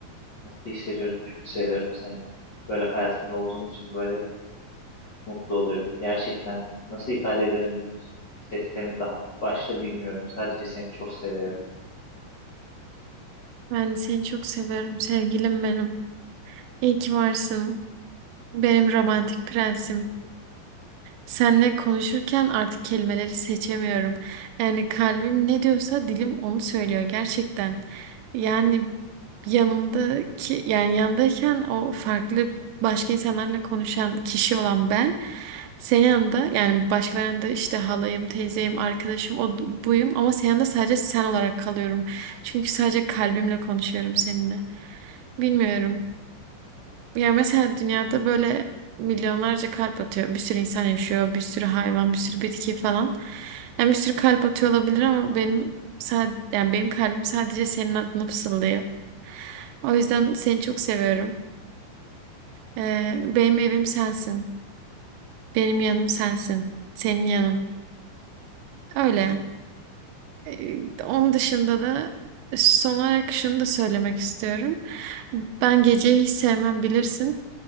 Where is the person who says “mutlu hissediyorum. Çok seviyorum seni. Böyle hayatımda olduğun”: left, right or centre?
Left